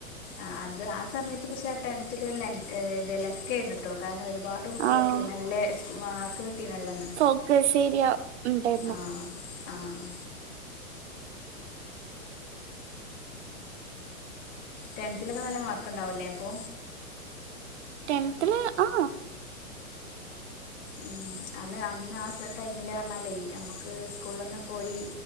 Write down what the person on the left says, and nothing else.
ആഹ് അത് ആ സമയത്ത് പക്ഷെ ആ ടെൻത്തില് ഒര് ലൻ ഏഹ് ഇത് ലെക്കേന്ന്ട്ടോ കാരണം ഒരുപാ ട് കുട്ടേൾക്കയ്
നല്ലേ സ് മാർക്ക് കിട്ടി നല്ലൊന്ന്
ആഹ് ആഹ് ടെൻത്തിലൊക്കെ നല്ല മാർക്ക് ഇണ്ടാവുല്ലേ അപ്പോ.
ഉം അന്ന് അന്ന് ആ സ് ടൈമില് അർഞ്ഞാലേയ് ഞമ്മ്ക്ക് സ്കൂൾളൊന്നും പോയി